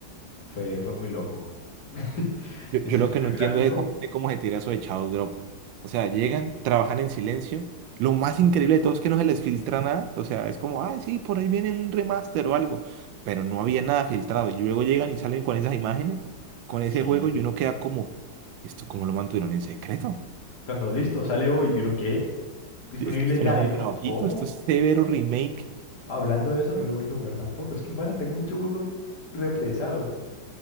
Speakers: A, on the left; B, on the right.
A: fue, fue muy loco. <laughs>
B: Yo, yo
A: Ese
B: lo
A: cambio
B: que no entiendo
A: gráfico,
B: es esa gente cómo se tira eso de Shadow Drop. O sea, llegan, trabajan en silencio. Lo más increíble de todo es que no se les filtra nada. O sea, es como, ay, sí, por ahí viene un remaster o algo. Pero no había nada filtrado. Y luego llegan y salen con esas imágenes, con ese
A: sí,
B: juego, y uno queda como, ¿y esto cómo lo mantuvieron en secreto?
A: cuando listo, sale hoy y uno, ¿qué? Disponible
B: Si Es que esto
A: ya
B: no es un
A: y no,
B: trabajito,
A: ¿cómo?
B: esto es severo remake.
A: Hablando de eso, no lo he vuelto a jugar tampoco. Es que, pana, tengo muchos juegos represados.